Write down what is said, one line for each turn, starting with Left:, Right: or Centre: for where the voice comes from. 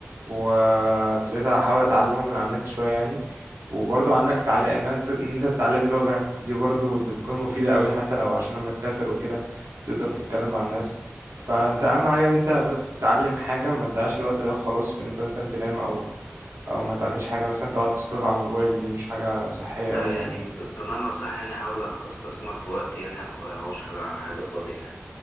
Right: وابتديت احاول اتعلمه من على النت شوية يعني وبرضه عندك تعليق ان انت إن أنت تتعلم لغة دي برضه بتكون مفيدة قوي حتى لو عشان لما تسافر وكده تقدر تتكلم مع الناس فانت اهم حاجة ان انت بس تتعلم حاجة ما تضيعش الوقت ده وخلاص في ان انت مثلا تنام او او ما تعملش حاجة مثلا تقعد تسكرول على الموبايل دي مش حاجة صحية قوي
Left: آه، يعني
Right: يعني
Left: ب- بمعنى صح يعني احاول استثمر في وقتي يعني ما اضيعوش على حاجة فاضية يعني